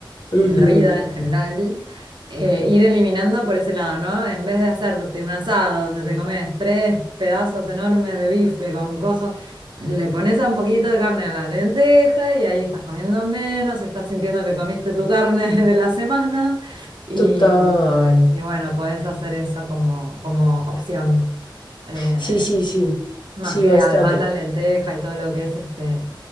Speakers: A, on the right; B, on the left.
A: en
B: Ujú,
A: la vida en general, eh, ir eliminando por ese lado, ¿no? En vez de hacerte un asado donde te comes tres pedazos enormes de bife con coso, le pones a un poquito de carne a la lenteja y ahí estás comiendo menos, estás sintiendo que comiste tu carne <laughs> de la semana y,
B: total.
A: y bueno, podés hacer eso como, como opción. Eh,
B: Sí, sí, sí,
A: más
B: sí,
A: que
B: bastante.
A: además la lenteja y todo lo que es este